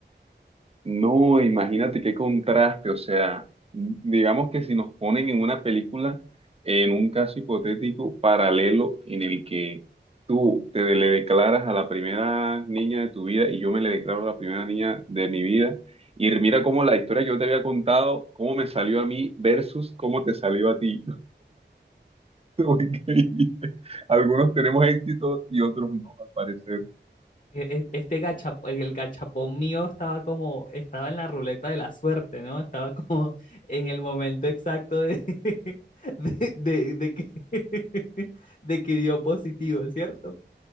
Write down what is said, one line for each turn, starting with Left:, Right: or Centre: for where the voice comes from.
Right: No, imagínate qué contraste, o sea, digamos que si nos ponen en una película, en un caso hipotético paralelo en el que tú te le declaras a la primera niña de tu vida y yo me le declaro a la primera niña de mi vida, y mira cómo la historia que yo te había contado, cómo me salió a mí versus cómo te salió a ti. <laughs> Increíble. Algunos tenemos éxito y otros no, al parecer.
Left: e- e- Este gacha, el gachapón mío estaba como, estaba en la ruleta de la suerte, ¿no? Estaba <laughs> como en el momento exacto de, <laughs> de, de, de que, <laughs> de que dio positivo, ¿cierto?